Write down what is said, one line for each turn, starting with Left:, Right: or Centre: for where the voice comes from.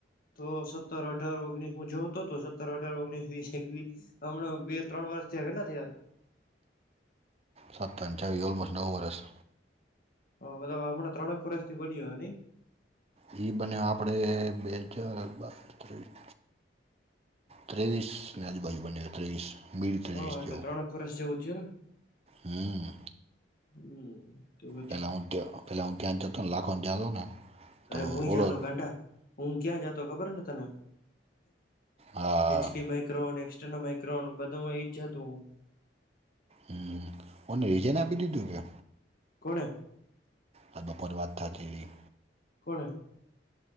Left: તો સત્તર અઢાર ઓગણીસ હું જોઉતો હતો સત્તર અઢાર ઓગણીસ વીસ એકવીસ હમણાં બે ત્રણ વર્ષ થયા કેટલા થયા?
Right: સતચ વ ઓલમસ્ટ નવ વર્સ.
Left: હ બધ હમણાં ત્રણક વર્ષ થી બન હોય નઈ?
Right: એઈ બને આપડે બે હજાર બાવીસ ત્રીસ. ત્રેવીસ ના આજુબાજુ બને ત્રેવીસ. બીલ તેશ
Left: હા એટલે
Right: જો
Left: ત્રણક વર્ષ જેવું થયું ને
Right: હમ.
Left: હમ. તો પછી
Right: પહેલા હુયા પહેલા હું ત્યાહન જતોને લાખોને જાદો ને. તો
Left: અરે હું
Right: ઓલો
Left: જાતો ગાંડા, હું ક્યાં જાતો ખબર ને તને?
Right: હા
Left: એચડી માઇક્રોન એક્સર્નલ માઇક્રોન બધુંમાં એઈ જ હતું.
Right: હમ, અને રીઝન આપી દીધું કે?
Left: કોણે?
Right: હ બપરવાત થ જ
Left: કોણ?